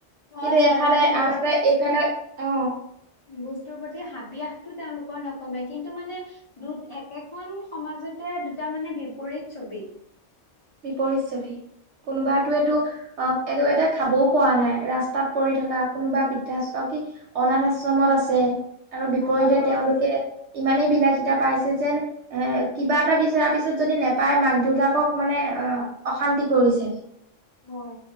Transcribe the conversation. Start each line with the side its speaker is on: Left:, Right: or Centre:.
Left: হয়
Right: কিন্তু
Left: হয়
Right: এফালে
Left: মানে
Right: আনহাতে
Left: বস
Right: এইফালে, অ।
Left: বস্তুৰ প্ৰতি হাবিয়াসটো তেওঁলোকৰ নকমে। কিন্তু মানে দু, একেখন সমাজতে দুটা মানে বিপৰীত ছবি।
Right: বিপৰীত ছবি। কোনোবাটোৱে
Left: হয় ব
Right: তো, অ। একেবাৰতে খাবও পোৱা নাই। ৰাস্তাত পৰি থকা, কোনোবা বৃদ্ধাশ্ৰ অ, কি অনাথ আশ্ৰমত আছে। আৰু বিপৰীতে
Left: হয় হয়
Right: তেওঁলোকে ইমানেই বিলাসিতা পাইছে যেন, এ কিবা এটা বিচৰাৰ পিছত যদি নেপায়, মাক- দেউতাকক মানে অ, অশান্তি কৰিছে।
Left: হয়।